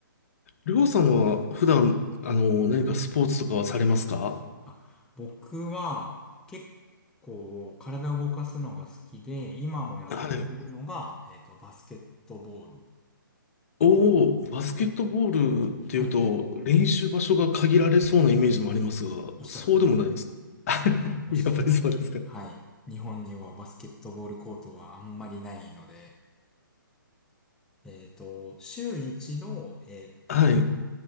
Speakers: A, on the left; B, in the centre.
A: りょうさんは普段、あの、何かスポーツとかはされますか
B: あ、僕は結構体を動かすのが好きで、今もやってるのが、
A: はい。
B: えっと、バスケットボール
A: おお、バスケットボールっていうと、
B: で、はい
A: 練習場所が限られそうなイメージもありますが、
B: おっしゃる通りです。
A: そうでもないですか
B: もうおっしゃる通り。
A: やっぱりそうですか。
B: はい。日本にはバスケットボールコートはあんまりないので、えっと、週一度、えー体育
A: はい。う